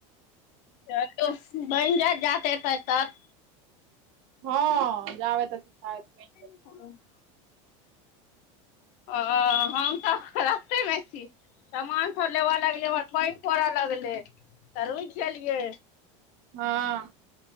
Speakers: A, on the left; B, on the right.
A: चलु बइन जाएत जात एतत
B: हाँ जाबेत तऽ आदमी।
A: ह अऽ हम तऽ अखन रस्तेमे छी समान फोन लेबऽ लगलै एम्हर पैन पड़ऽ लगलै तऽ रुक गेलियै।
B: हऽ